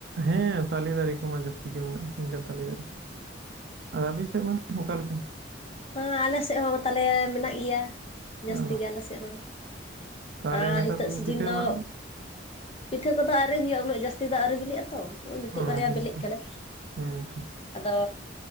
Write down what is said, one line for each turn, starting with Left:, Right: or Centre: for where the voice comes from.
Right: ᱦᱮᱸ ᱛᱟᱞᱮ ᱫᱟᱨᱮ ᱠᱚᱢᱟ ᱡᱟᱹᱥᱛᱤ ᱜᱮ ᱢᱮᱱᱟᱜᱼᱟ᱾ ᱢᱮᱱᱠᱷᱟᱱ ᱛᱟᱞᱮ ᱫᱟᱨᱮ ᱟᱨ ᱟᱹᱵᱤᱱ ᱥᱮᱫ ᱢᱟ ᱚᱠᱟᱞᱮᱠᱟ?
Left: ᱦᱟᱸ ᱟᱞᱮ ᱥᱮᱫ ᱦᱚᱸ ᱛᱟᱞᱮ ᱢᱮᱱᱟᱜ ᱜᱮᱭᱟ᱾ ᱡᱟᱹᱥᱛᱤ
Right: ᱚ
Left: ᱜᱮ ᱟᱞᱮ ᱥᱮᱫ ᱦᱚᱸ᱾
Right: ᱛᱟᱦᱚᱞᱮ
Left: ᱟᱸ
Right: ᱱᱮᱛᱟᱨ
Left: ᱦᱤᱛᱚᱜ
Right: ᱫᱚᱵᱤᱱ
Left: ᱥᱤᱡᱤᱱ
Right: ᱯᱤᱴᱷᱟᱹ
Left: ᱫᱚ
Right: ᱢᱟ
Left: ᱯᱤᱴᱷᱟᱹ ᱠᱚᱫᱚ ᱟᱣᱨᱤ ᱦᱩᱭᱩᱜᱼᱟ, ᱩᱱᱟᱹᱜ ᱡᱟᱹᱥᱛᱤ ᱫᱚ ᱟᱣᱨᱤ ᱵᱤᱞᱤᱜᱼᱟ᱾ ᱛᱚ ᱱᱚᱜ-ᱚᱭ ᱢᱤᱫᱴᱤᱡ
Right: ᱚ
Left: ᱵᱟᱨᱭᱟ
Right: ᱦᱮᱸ
Left: ᱵᱤᱞᱤᱜ
Right: ᱛᱚ
Left: ᱠᱟᱱᱟ᱾
Right: ᱦᱮᱸ ᱛᱚ
Left: ᱟᱫᱚ